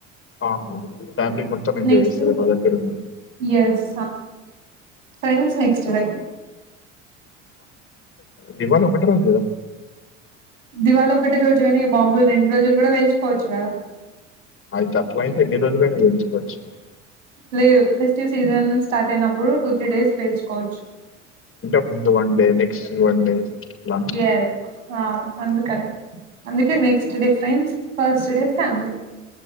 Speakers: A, on the left; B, on the right.
A: ఆహా ఫ్యామిలీ మొత్తం ఎంజాయ్
B: నెక్స్ట్
A: చేస్తారు మా దగ్గర ఉం
B: yes friends next day
A: Diwali ఒకటి రోజు కదా
B: దివాళి ఒకటే రోజు గానీ బాంబులు రెండు రోజులు కూడా పేల్చుకోవచ్చు కదా
A: అయి గట్లయితే ఎన్ని రోజులైనా పేల్చుకోచ్చు
B: లేదు ఫెస్టివ్ సీజన్ స్టార్ట్ అయినప్పుడు టూ త్రీ డేస్ పేల్చుకోవచ్చు
A: అంటే ముందు one day next one day అట్లానా
B: ఎస్ ఆ అందుకని అందుకే next day friends first day family